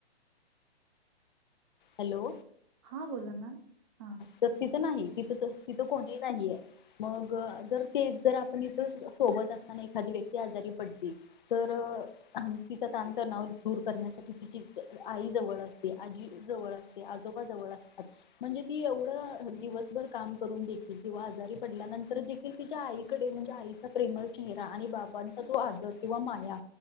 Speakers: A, on the left (about 45°); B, on the right (about 30°).
A: हॅलो
B: हा बोला मॅम हा
A: तर तिथं नाही तिथं त- तिथं कोणीही नाहीये मग जर ते जर आपण इथ सोबत असताना एखादी व्यक्ती आजारी पडते तर तिचा तण तणाव दूर करण्यासाठी तिची आई जवळ असते आजी जवळ असते आजोबा जवळ असतात म्हणजे ती एवढं दिवसभर काम करून देखील किंवा आजारी पडल्यानंतर देखील तिच्या आईकडे म्हणजे आईचा प्रेमळ चेहरा आणि बाबांचा तो आधार किंवा माया